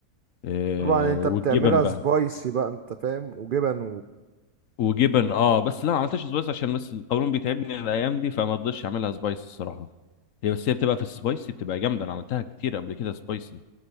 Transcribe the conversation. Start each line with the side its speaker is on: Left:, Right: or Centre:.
Left: آه،
Right: طبعا انت
Left: والجبن
Right: بتعملها
Left: بقى
Right: سبايسي بقى انت فاهم وجبن
Left: وجبن اه بس لا ما عملتهاش سبايس عشان بس القولون بيتعبني الايام دي فما رضيتش اعملها سبايس الصراحة هي بس هي بتبقى في السبايسي بتبقى جامدة انا عملتها كتير قبل كده سبايسي